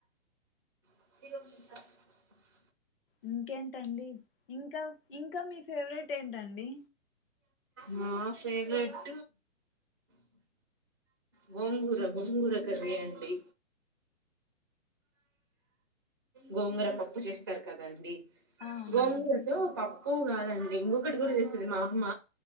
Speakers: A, on the right (about 20°); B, on the left (about 45°).
A: <inaudible>
B: ఇంకేంటండి ఇంకా ఇంకా మీ ఫేవరెట్ ఏంటండి
A: నా ఫేవరెట్ గోంగూర గోంగూర కర్రీ అండి గోంగర పప్పు చేస్తారు కదా అండి
B: ఆ అవునండి
A: గోంగూరతో పప్పు తక్కువ కాదండి ఇంకొకటి కూడా చేస్తుంది మా అమ్మ